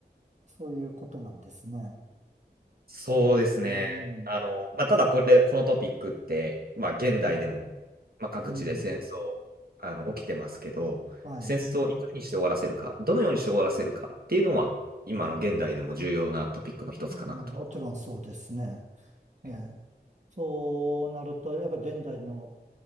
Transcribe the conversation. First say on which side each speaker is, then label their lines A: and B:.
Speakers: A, on the right (about 45°); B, on the right (about 60°).
A: そういうことなんですね。
B: そうですね。
A: うん、うん、
B: あの、まあ、ただこれ、このトピックって、まあ、現代でも、
A: うん、
B: まあ、各地で戦争、
A: うん
B: あの、起きてますけど、
A: はい、
B: 戦争をいかにして終わらせるか、どのようにして終わらせるかっていうのは、今の現代でも重要なトピックの一つかなとは思いま
A: うん。もちろんそうですね。
B: すね。
A: ええ、そうなると、やっぱ現代の、